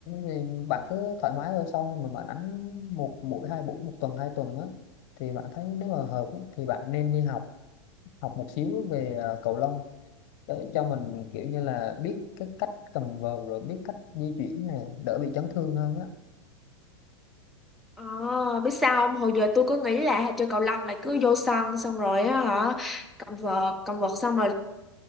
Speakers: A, on the left; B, in the centre.
A: vì bạn cứ thoải mái thôi sau khi mà bạn đánh một buổi hai buổi một tuần hai tuần á thì bạn thấy nếu mà hợp á, thì bạn nên đi học học một xíu về à, cầu lông để cho mình kiểu như là biết cái cách cầm vợt rồi biết cách di chuyển này đỡ bị chấn thương hơn á
B: ờ biết sao không hồi giờ tôi cứ nghĩ là chơi cầu lông là cứ vô sân xong rồi á hả cầm vợt cầm vợt xong rồi